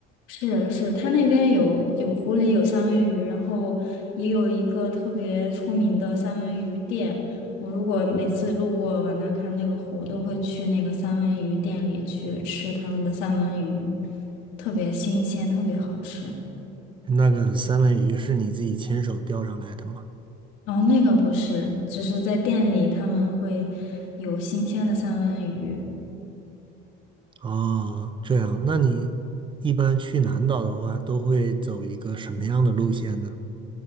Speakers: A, on the left; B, on the right.
A: 是是，他那边有有湖里有三文鱼，然后也有一个特别出名的三文鱼店。我如果每次路过瓦纳看那个湖，都会去那个三文鱼店里去吃他们的三文鱼，特别新鲜，特别好吃。
B: 那个三文鱼是你自己亲手钓上来的吗？
A: 然后那个不是，只是在店里他们会有新鲜的三文鱼，
B: 哦，这样，那你一般去南岛的话，都会走一个什么样的路线呢？